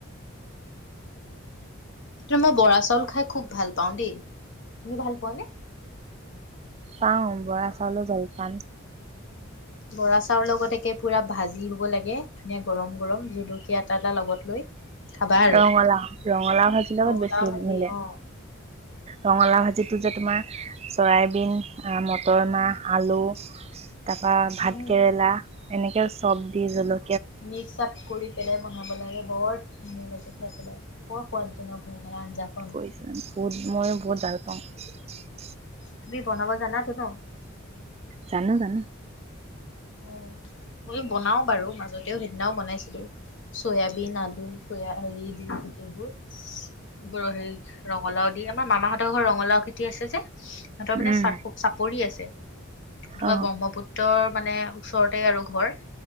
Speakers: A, on the left (about 60°); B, on the right (about 30°).
A: ত মই বৰা চাউল খাই খুব ভাল পাওঁ দেই। তুমি ভাল পোৱা নে?
B: পাওঁ বৰা চাউলৰ জলপান।
A: বৰা চাউল লগত একে পুৰা ভাজি হ'ব লাগে। ধুনীয়া গৰম গৰম জুলকীয়া এটা এটা লগত লৈ। খাবা আৰু
B: ৰঙালা ৰঙালাও ভাজিৰ লগত
A: ৰঙালাও
B: বেছি
A: ভাজি
B: মিলে।
A: অ
B: ৰঙালাও ভাজিটো যে তোমাৰ চৰাইবিন মটৰ মাহ আলু তাৰপা ভাতকেৰেলা
A: উম
B: এনেকে চব দি জল
A: মিক্স আপ কৰি পেলাই বনাব লাগে বৰ ধুনীয়া দেখাই পেলাই বৰ সোৱাদজনক হয়। মানে আঞ্জাখন
B: কৰিছা বহুত ময়ো বহুত ভাল <unintelligible>
A: তুমি বনাব জানাতো ন?
B: জানো, জানো।
A: <unintelligible> মই বনাও বাৰু মাজত ও সেইদিনাও বনাইছিলো, চয়াবিন, আলু চয়া হেৰি দি গোটেইবোৰ বৰ হেৰি ৰঙালাও দি আমাৰ মামাহঁতৰ ঘৰত ৰঙালাও খেতি আছে যে। সিহঁতৰ মানে
B: উম
A: চাক চাপৰি আছে। তোমাৰ
B: অ
A: ব্ৰহ্মপুত্ৰৰ মানে ওচৰতে আৰু ঘৰ।